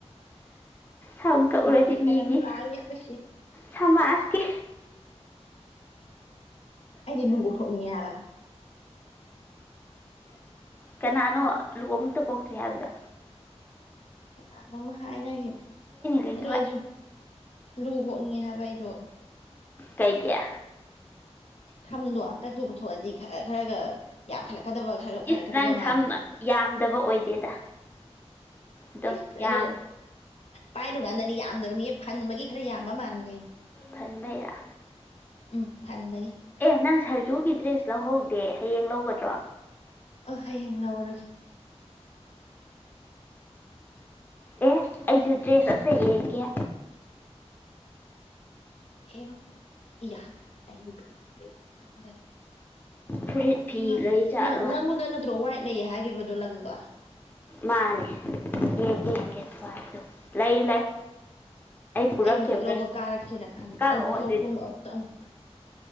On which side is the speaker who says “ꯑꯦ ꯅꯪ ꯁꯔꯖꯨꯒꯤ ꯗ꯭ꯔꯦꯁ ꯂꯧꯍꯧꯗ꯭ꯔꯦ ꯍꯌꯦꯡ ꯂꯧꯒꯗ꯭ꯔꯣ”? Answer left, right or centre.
Left